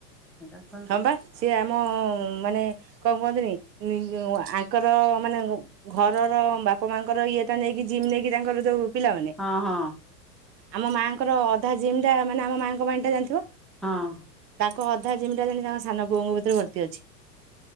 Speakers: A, in the centre; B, on the right (about 80°).
A: ଏରା କଣ
B: ହଁ ପା ସିଏ ଆମ ମାନେ କଣ କୁହନ୍ତିନି ନି-ଆଙ୍କର ମାନେ ଘରର ବାପା ମା ଙ୍କର ଇଏ ତା ନେଇକି ଜିମ୍ ନେଇକି ତାଙ୍କର ଯୋଉ ପିଲାମାନେ,
A: ହଁ ହଁ
B: ଆମ ମା ଙ୍କର ଅଧା ଜିମ୍ ଟା ମାନେ ଆମ ମାଙ୍କ ପାଇଁ ଟା ଜାଣିଥିବ
A: ହଁ।
B: ତାଙ୍କ ଅଧା ଜିମ୍ ଟା ଯେମିତି ତାଙ୍କ ସାନ ପୁଅଙ୍କ ଭିତରେ ଭର୍ତ୍ତି ଅଛି,